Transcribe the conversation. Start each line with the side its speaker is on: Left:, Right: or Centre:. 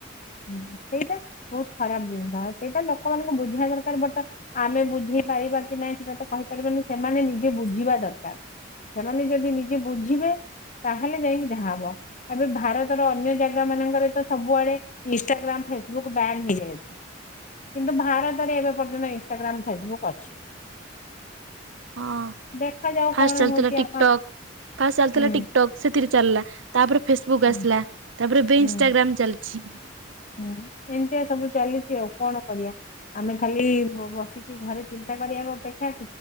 Left: ହୁଁ ସେଇଟା ବହୁତ ଖରାପ ଜିନିଷ, ସେଇଟା ଲୋକମାନଙ୍କୁ ବୁଝିବା ଦରକାର ବଟ ଆମେ ବୁଝେଇ ପାରିବା କି ନାଇଁ ସେଟା ତ କହିପାରିବନି ସେମାନେ ନିଜେ ବୁଝିବା ଦରକାର। ସେମାନେ ଯଦି ନିଜେ ବୁଝିବେ, ତାହେଲେ ଯାଇକି ଯାହା ହବ। ଏବେ ଭାରତର ଅନ୍ୟ ଜାଗା ମାନଙ୍କରେ ତ ସବୁଆଡେ ଇନଷ୍ଟାଗ୍ରାମ, ଫେସବୁକ୍ ବ୍ୟାନ୍ ହେଇଯାଇଛି। କିନ୍ତୁ ଭାରତରେ ଏବେ ପର୍ଯ୍ୟନ୍ତ ଇନଷ୍ଟାଗ୍ରାମ, ଫେସବୁକ୍ ଅଛି।
Right: ହଁ
Left: ଦେଖାଯାଉ
Right: ଫାଷ୍ଟ
Left: କଣ
Right: ଚାଲିଥିଲା
Left: ହଉଛି
Right: ଟିକଟକ୍
Left: ଆମ
Right: ଫାଷ୍ଟ ଚାଲିଥିଲା
Left: ହୁଁ
Right: ଟିକଟକ୍ ସେଥିରେ ଚାଲିଲା ତାପରେ ଫେସବୁକ୍
Left: ହୁଁ
Right: ଆସିଲା ତାପରେ ଏବେ
Left: ହୁଁ
Right: ଇନସଟାଗ୍ରାମ ଚାଲିଛି।
Left: ହୁଁ ଏମତିଆ ସବୁ ଚାଲିଛି ଆଉ କଣ କରିବା ଆମେ ଖାଲି ବସିକି ଘରେ ଚିନ୍ତା କରିବା ଅପେକ୍ଷା